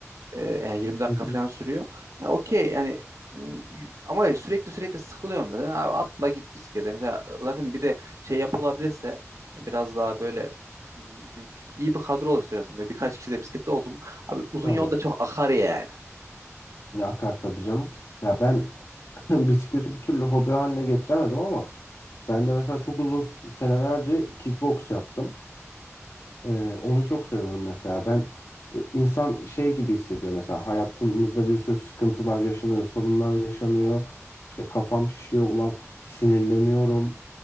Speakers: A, on the right; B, on the left.
A: E, yani yirmi dakika
B: Hı
A: falan
B: hı.
A: sürüyor. Ha, okey yani m, ama sürekli sürekli sıkılıyorum mesela. Abi atla git bisiklete. Mesela zaten bir de şey yapılabilirse biraz daha böyle m, ne bileyim, iyi bir kadro oluşturuyorsun. Böyle birkaç kişi de bisiklette oldu mu? Abi uzun
B: Evet.
A: yolda çok akar yani.
B: Ya akar tabii canım. Ya ben <laughs> bisikleti bir türlü hobi haline getiremedim ama ben de mesela çok uzun senelerce kickbox yaptım. Ee, onu çok seviyorum mesela. Ben insan şey gibi hissediyor mesela hayatımızda bir sürü sıkıntılar yaşanıyor, sorunlar yaşanıyor. İşte kafam şişiyor ulan sinirleniyorum.